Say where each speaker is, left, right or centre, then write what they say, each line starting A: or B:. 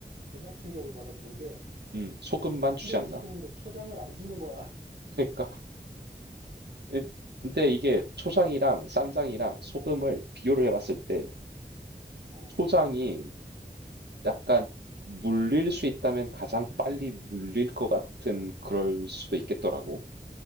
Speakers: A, on the right; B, on the right.
A: 문화 충격을 받았던 게
B: 음 소금만
A: 순대를
B: 주지 않나?
A: 시켰는데 초장을 안 주는 거야.
B: 그니까 예 근데 이게 초장이랑 쌈장이랑 소금을 비교를 해 봤을 때
A: <laughs> 어,
B: 초장이 약간 물릴 수 있다면 가장 빨리 물릴 것 같은 그럴 수도 있겠더라고.